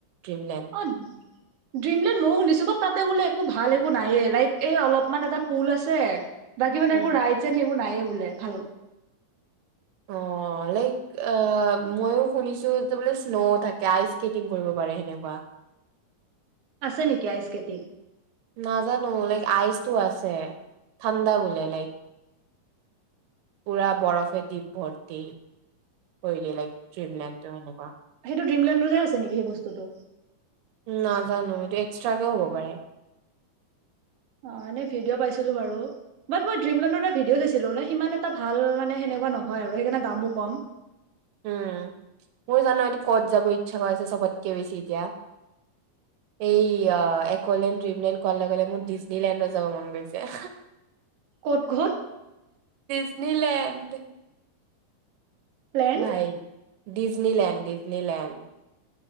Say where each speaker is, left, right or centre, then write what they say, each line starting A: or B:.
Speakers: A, on the right (about 85°); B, on the right (about 60°).
A: ড্ৰিমলেণ্ড।
B: অ ড্ৰিমলেণ্ড ময়ো শুনিছো বাট তাতে বোলে একো ভাল একো নাইয়ে, লাইক এই অলপমান এটা পুল আছে। বাকী মানে
A: উম
B: একো ৰাইটচ এন সেইবো একো নাই বোলে ভাঁল।
A: অঁ লাইক ময়ো শুনিছো যে বোলে স্ন' থাকে আইচ স্কেটিং কৰিব পাৰে সেনেকুৱা।
B: আছে নেকি আই স্কেটিং?
A: নাজানো। লাইক আইচটো আছে। ঠাণ্ডা বোলে লাইক পুৰা বৰফে দি ভৰ্তি। কৰি দিয়ে, লাইক ড্ৰিমলেণ্ডটো এনেকুৱা।
B: এটো ড্ৰিম ললেণ্ডোহে আছে নেকি সেইস্তুতটো।
A: নাজানো এইটো এক্সট্ৰাকেওঁ হ'ব পাৰে।
B: অ, এনে ভিডিঅ' পাইছিলো বাৰু। বাট মই ড্ৰিমলেণ্ড ৰ এটা ভিডিঅ চাইছো। সিমান এটা ভাল মানে সেনেকুৱা নহয় আৰু সেইকাৰণে দামো কম।
A: উম, মোৰ জান' এ কত যাব ইচ্ছা গৈ আছে চবতকে বেছি এতিয়া? এইয়া একলেণ্ড ড্ৰিমলেণ্ড কোৱাৰ লগ লগে মোৰ ডিজনীলেণ্ডত যাব মন গৈছে।
B: ক'ত- ঘ'ত?
A: ডিজনীলেণ্ড।
B: প্লেণ্ড
A: ভাই। ডিজ্নীলেণ্ড দি ফ্ৰিনীত লেণ্ড।